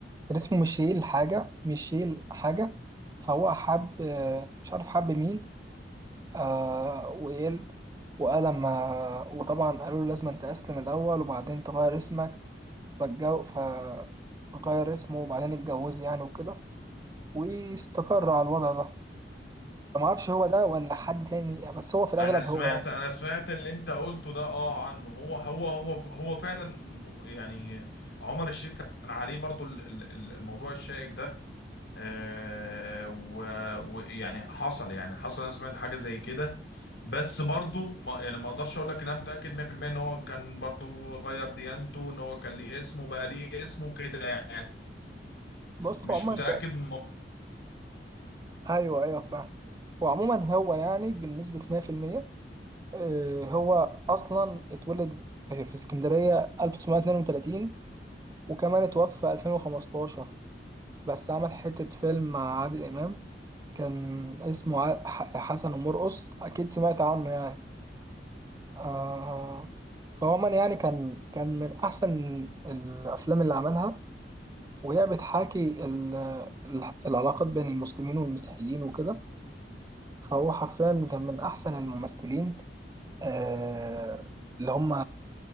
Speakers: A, on the right (about 20°); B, on the left (about 80°).
A: كان اسمه ميشيل حاجة ميشيل حاجة فهو حب آه، مش عارف حب مين آه وقال وقال لما وطبعا قالوا له لازم انت تسلم الأول وبعدين تغير اسمك فالجو فغير اسمه وبعدين اتجوز يعني وكده واستقر على الوضع ده فما اعرفش هو ده ولا حد تاني بس هو في الأغلب
B: انا سمعت
A: هو يعني
B: انا سمعت اللي انت قلته ده اه عنه هو هو هو هو فعلا يعني عمر الشريف كان عليه برضو ال- ال- ال- الموضوع الشائك ده آه، و- ويعني حصل يعني حصل انا سمعت حاجة زي كده بس برضو ما يعني ما اقدرش اقول لك ان انا متاكد 100% ان هو كان برضو غير ديانته ان هو كان ليه اسمه بقى ليه اسمه كده يعني
A: بص
B: مش
A: هو عموما
B: متاكد من الموضوع.
A: أيوه أيوه فاهم هو عموما هو يعني بنسبة 100% آه، هو اصلا اتولد في اسكندريه 1932 وكمان اتوفى 2015 بس عمل حته فيلم مع عادل امام كان اسمه ع- ح- حسن ومرقص اكيد سمعت عنه يعني آه فهو من يعني كان كان من احسن الافلام اللي عملها وهي بتحاكي ال- ال- العلاقات بين المسلمين والمسيحيين وكده فهو حرفيا كان من احسن الممثلين آه، اللي هم